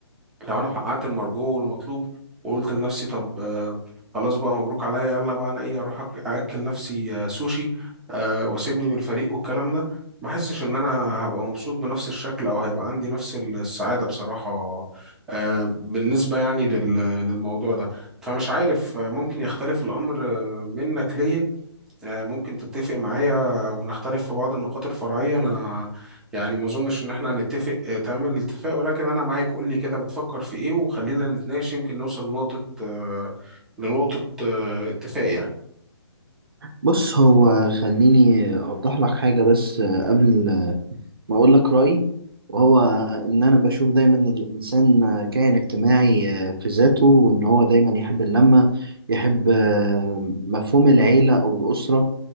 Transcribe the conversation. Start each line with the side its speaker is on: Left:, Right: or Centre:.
Centre: لو انا حققت المرجو والمطلوب وقلت لنفسي طب آه، خلاص بقى مبروك عليا يلا بقى انا ايه اروح أك- اكل نفسي آه، سوشي آه، واسيبني من الفريق والكلام ده ما احسش ان انا هبقى مبسوط بنفس الشكل او هيبقى عندي نفس السعادة بصراحة آه، بالنسبة يعني لل- للموضوع ده فمش عارف آه، ممكن يختلف الامر آه، منك ليا آه، ممكن تتفق معايا ونختلف في بعض النقاط الفرعية أنا يعني ما أظنش إن إحنا هنتفق آه، تمام الاتفاق ولكن أنا معاك قول لي كده بتفكر في إيه وخلينا نتناقش يمكن نوصل لنقطة آه، لنقطة آه، اتفاق
Right: بص هو خليني أوضح لك حاجة بس آه، قبل ما اقول لك رايي وهو ان انا بشوف دايما إن الانسان كائن اجتماعي آه، في ذاته وان هو دايما يحب اللمه يحب آه، مفهوم العيله او الاسره